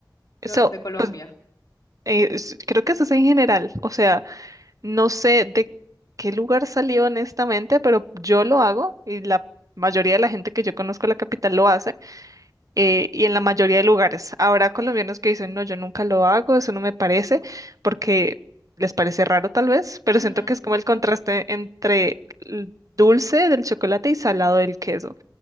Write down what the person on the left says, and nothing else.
Creo
que es de Colombia.
Ujú.